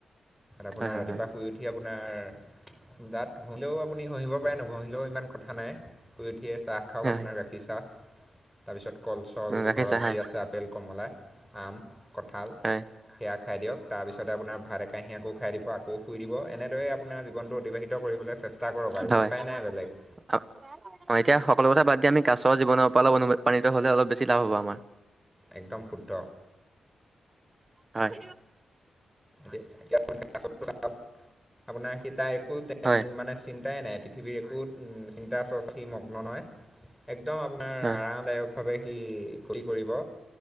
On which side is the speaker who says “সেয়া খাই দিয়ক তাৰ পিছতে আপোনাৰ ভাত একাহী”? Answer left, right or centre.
Centre